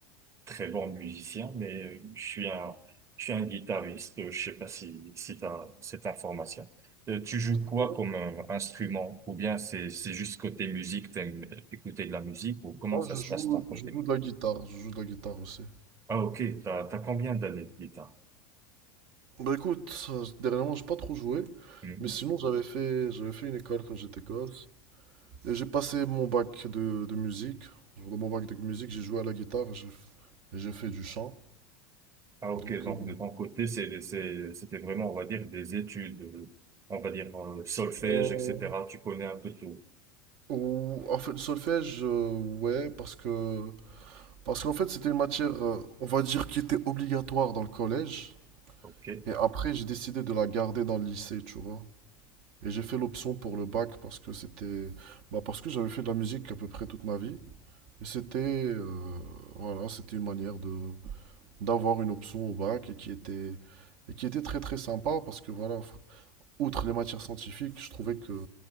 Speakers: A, on the right; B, on the right.
A: très bon musicien, mais euh, je suis un, je suis un guitariste. Euh, Je sais pas si, si t'as cette information. Euh, tu joues
B: ok.
A: quoi comme euh, instrument? Ou bien c'est, c'est juste côté musique, t'aimes écouter de la musique, ou comment
B: Moi,
A: ça
B: je
A: se
B: joue,
A: passe de ton côté?
B: je joue de la guitare. Je joue de la guitare aussi.
A: Ah, ok, t'as, t'as combien d'années de guitare?
B: Bah écoute, euh, dernièrement, j'ai pas trop joué.
A: Mhm.
B: Mais sinon, j'avais fait, j'avais fait une école quand j'étais gosse. Et j'ai passé mon bac de, de musique. Genre, Dans mon bac de musique, j'ai joué à la guitare et j'ai et j'ai fait du chant.
A: Ah, ok,
B: Donc,
A: donc
B: euh,
A: de ton côté, c'est, c'est, c'était vraiment, on va dire, des études, euh, on va dire, euh, solfège,
B: euh,
A: etc. Tu connais un peu tout.
B: ou- en fait, le solfège, euh, ouais, parce que Parce qu'en fait, c'était une matière, euh, on va dire, qui était obligatoire dans le collège.
A: Ok.
B: Et après, j'ai décidé de la garder dans le lycée, tu vois. Et j'ai fait l'option pour le bac parce que c'était, bah, parce que j'avais fait de la musique à peu près toute ma vie. Et c'était, euh, voilà, c'était une manière de d'avoir une option au bac et qui était, et qui était très très sympa parce que voilà, fr- outre les matières scientifiques, je trouvais que